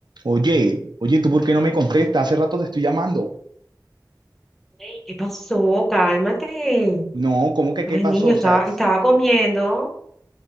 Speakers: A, on the right; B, in the centre.
A: Oye, oye, ¿tú por qué no me contestas? Hace rato te estoy llamando.
B: Ey, ¿Qué pasó? Cálmate.
A: No, ¿cómo que
B: Ay,
A: qué pasó?
B: niño,
A: O
B: estaba,
A: sea, s-
B: estaba comiendo. O